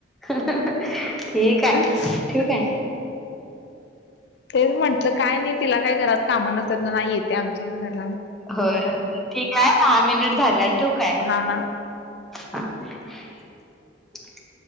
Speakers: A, in the centre; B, on the left (about 65°).
A: <unintelligible>
B: अ
A: आहे ठीक
B: अ
A: आहे
B: तेच म्हंटलं काय नाई तिला काय घरात काम नसत्यात ना नाही येते आमच्या घरात
A: हो ठीक आहे दहा मिनिट झाले आणि ठेवू काय.
B: हा हा.
A: <unintelligible>